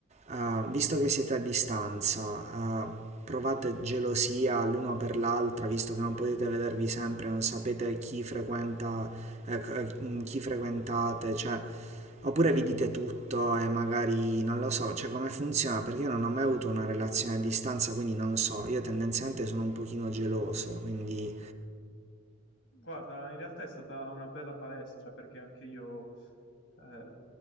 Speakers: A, on the right; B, on the left.
A: eh, visto che siete a distanza, eh, provate gelosia l'uno per l'altra, visto che non potete vedervi sempre, non sapete chi frequenta, eh, c- eh, mm, chi frequentate, cioè, oppure vi dite tutto e magari non lo so, cioè come funziona, perché io non ho mai avuto una relazione a distanza, quindi non so, io tendenzialmente sono un pochino geloso, quindi
B: Guarda, in realtà è stata una bella palestra perché anche io eh,